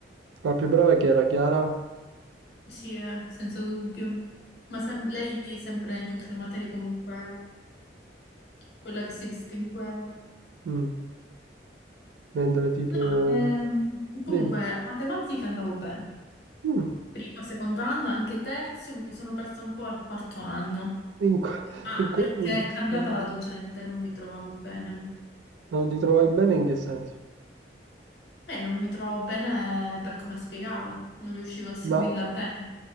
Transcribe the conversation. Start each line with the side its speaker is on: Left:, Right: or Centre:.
Right: La più brava chi era? Chiara?
Left: Sì, eh, senza dubbio. Ma sem- lei sempre in tutte le materie comunque quella che si distingueva.
Right: Mm. Mentre tipo...
Left: No, ehm, comunque,
Right: Dimmi.
Left: matematica andavo bene.
Right: Mm.
Left: Primo, secondo anno, anche terzo, mi sono persa un po' al quarto anno.
Right: In qua-
Left: Ah,
Right: in qua-
Left: perché
Right: mm.
Left: è cambiata
Right: Mm.
Left: la docente, non mi trovavo bene.
Right: Non ti trovavi bene in che senso?
Left: E non mi trovavo bene per come spiegava, non riuscivo a seguirla
Right: Ma
Left: bene.